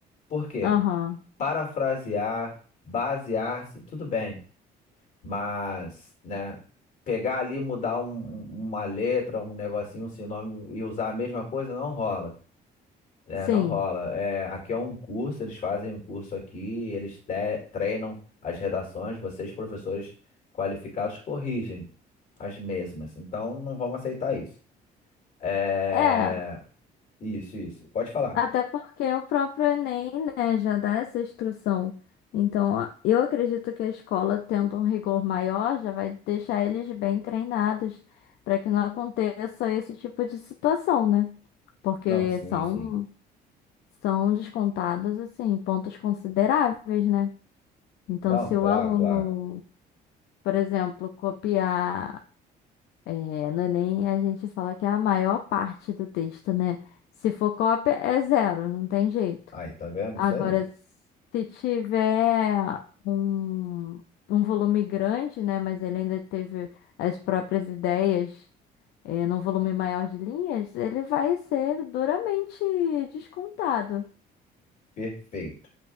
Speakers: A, on the left; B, on the left.
A: Por quê?
B: Aham.
A: Parafrasear, basear-se, tudo bem. Mas, né, pegar ali, e mudar um- um- uma letra, um negocinho, um sinônimo e usar a mesma coisa não rola. né?
B: Sim.
A: não rola. É, aqui é um curso, eles fazem um curso aqui, eles te- treinam as redações, vocês, professores qualificados, corrigem as mesmas. Então, não vamos aceitar isso. É...
B: É.
A: Isso, isso. Pode falar.
B: Até porque o próprio Enem, né, já dá essa instrução. Então, a- eu acredito que a escola, tendo um rigor maior, já vai deixar eles bem treinados para que não aconteça esse tipo de situação, né? Porque
A: Não, sim,
B: são,
A: sim.
B: são descontados, assim, pontos consideráveis, né? Então,
A: Não,
B: se
A: claro,
B: o aluno,
A: claro.
B: por exemplo, copiar, é, no Enem, a gente fala que é a maior parte do texto, né? Se for cópia, é zero, não tem jeito.
A: Aí, tá vendo?
B: Agora,
A: Isso aí.
B: se tiver um, um volume grande, né, mas ele ainda teve as próprias ideias, eh, num volume maior de linhas, ele vai ser duramente descontado.
A: Perfeito.